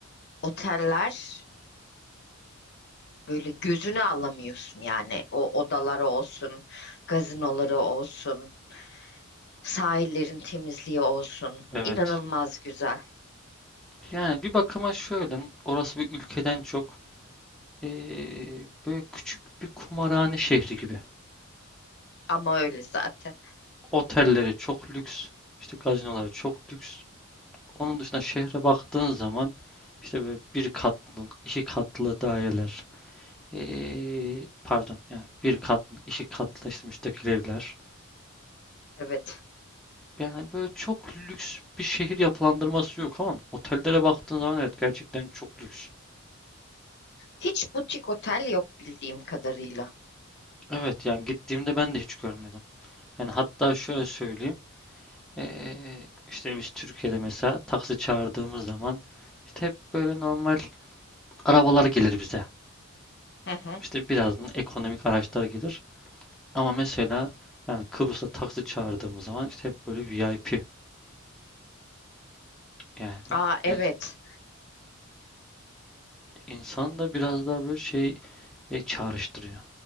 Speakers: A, on the left; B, in the centre.
A: oteller böyle gözünü alamıyorsun yani o odaları olsun, gazinoları olsun, sahillerin temizliği olsun.
B: evet.
A: inanılmaz güzel
B: Yani bir bakıma şöyle, orası bir ülkeden çok eee, böyle küçük bir kumarhane şehri gibi.
A: ama öyle zaten.
B: Otelleri çok lüks, işte gazinoları çok lüks. Onun dışında şehre baktığın zaman işte böyle bir katlı, iki katlı daireler, eee, pardon, yani bir katlı, iki katlı işte müstakil evler.
A: Evet.
B: Yani böyle çok lüks bir şehir yapılandırması yok ama otellere baktığın zaman evet gerçekten çok lüks.
A: Hiç butik otel yok bildiğim kadarıyla.
B: Evet yani gittiğimde ben de hiç görmedim. Yani hatta şöyle söyleyeyim. Ee, işte biz Türkiye'de mesela taksi çağırdığımız zaman işte hep böyle normal arabalar gelir bize.
A: Hı hı.
B: İşte birazdan ekonomik araçlar gelir. Ama mesela yani Kıbrıs'ta taksi çağırdığımız zaman işte hep böyle VIP. Yani ben-
A: Aa evet.
B: ins- insan da biraz daha böyle şey e, çağrıştırıyor.